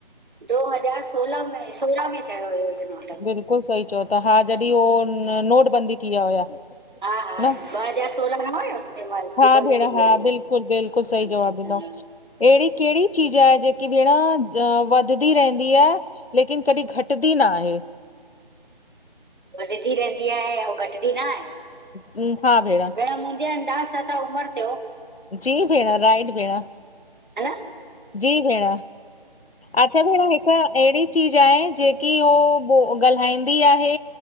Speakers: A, on the right; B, on the left.
A: दो हज़ार सोलहा में, सोरहां में ठयो हुयो ईयो नोट।
B: बिल्कुल सही चओ ता, हा जॾहिं हो नोटबंदी थी विया हुया?
A: हा हा
B: न?
A: ॿ हज़ार सोलहा में न हुयो? तंहिं महिल
B: हा
A: जो बंदि
B: भेण
A: थी विया
B: हा, बिल्कुल बिल्कुल
A: हुया
B: सही जवाब ॾिनो। ऐहिड़ी केहिड़ी चीज आहे, जेकी भेण वधदी रहंदी आहे? लेकिन कॾहिं घटदी न आहे।
A: वधंदी रहंदी आहे, अऊं घटिदी न आहे?
B: ह्म हा भेण।
A: भेण मुंहिंजे अंदाज़ सां त उमिर थियो।
B: जी भेण, राइट भेण।
A: ह न
B: जी भेण, अच्छा भेण हिकु अहिड़ी चीज़ छा आहे, जेकी हू उ ॻाल्हाईंदी आहे